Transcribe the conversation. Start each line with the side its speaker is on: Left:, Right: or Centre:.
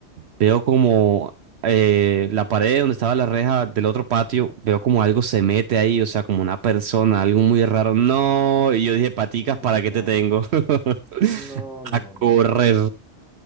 Right: veo como eh, la pared donde estaba la reja del otro patio, veo como algo se mete ahí, o sea, como una persona, algo muy raro. No, y yo dije, paticas,
Centre: Mm,
Right: ¿para
Centre: No,
Right: qué te tengo? <laughs>
Centre: no, no,
Right: A correr.
Centre: no, no.